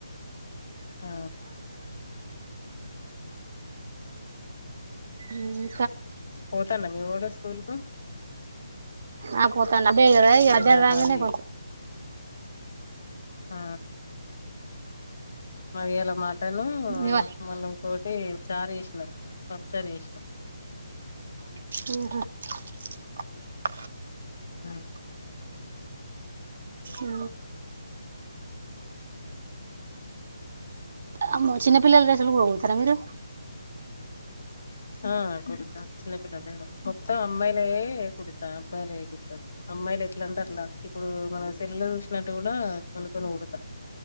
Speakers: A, on the left; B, on the right.
A: ఆ
B: మ్మ్
A: పోతాండ మీవోడు స్కూల్ కు
B: ఆ పోతాండు అబే కదా ఇగ
A: ఇయ్యాల
B: అజా రాంగానే
A: మాది
B: పోతా
A: ఆ మరి ఇయ్యాల మటను
B: ఇవ
A: మల్ల ఇంకో అ చార్ చేసినారు పప్పుచారి చేసినారు
B: ఆహ
A: ఆ
B: ఈ అమ్ చిన్నపిల్ల సలుతారా మీరు
A: ఆ కుడుతాను చిన్నపిల్లలు మొత్తం అమ్మాయిలయ కుడతాను అబ్బాయిలయ కుడతాను అమ్మాయిలు ఎట్లంటే అట్లా ఇప్పుడు మన సెల్ చూసినట్టు కూడా కొను కొని ఊడతా